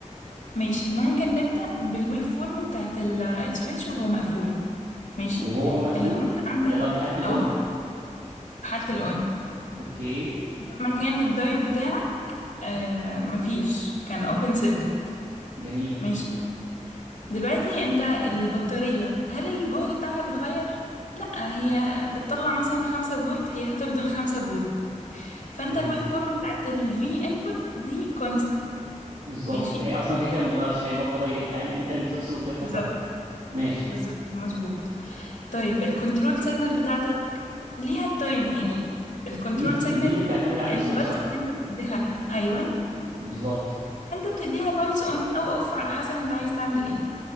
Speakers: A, on the left (about 80°); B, on the right (about 80°).
A: ماشي ممكن نبدأ بالويف فورم بتاعت ال- السويتش وهو مقفول ماشي
B: وهو مقفول
A: اللي هو انت عندك
B: لا لو في حالة الأون
A: اه حالة الأون
B: أوكي
A: لما كان الدايت بتاعك آه مفيش كان اوبن سيركت
B: جميل
A: ماشي دلوقتي انت البطارية هل الجهد بتاعها بيتغير؟ لا هي بتطلع مثلا خمسة فولت هي هتفضل خمسة فولت فانت
B: جميل
A: الويف فورم بتاعت الفي انبوت دي constant
B: بالظبط
A: ماشي
B: هي أصلا كده كده ما بتغيرش هي البطارية فاهم أنت اللي بتفصل وبتفتح
A: بالظبط
B: بقى ماشي
A: بالظبط مظبوط طيب الكنترول سيجنال بتاعتك ليها التايم يعني الكنترول
B: دي
A: سيجنال
B: دي اللي بتعتمد على
A: البلس
B: السويتش بقى
A: اللي انت بتديها لها ايوه
B: بالظبط
A: انت بتديها بلس اون او اوف على حسب انت عايز تعمل ايه